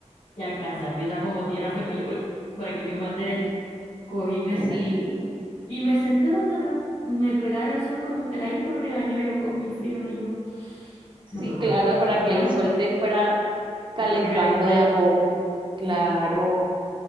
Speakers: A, on the left (about 85°); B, on the right (about 40°).
A: y alcancé a pisar como tierra firme. Yo, uy, por aquí que es más derecho. Cogí, me salí
B: Sí,
A: y me senté donde me, me pegara el sol como peladito regañó yo con mi frío y yo,
B: sí,
A: no me vuelvo
B: claro,
A: a
B: para
A: meter
B: que
A: más,
B: el sol te fuera calentando
A: me fuera a calentar,
B: de a poco. Claro.
A: sí.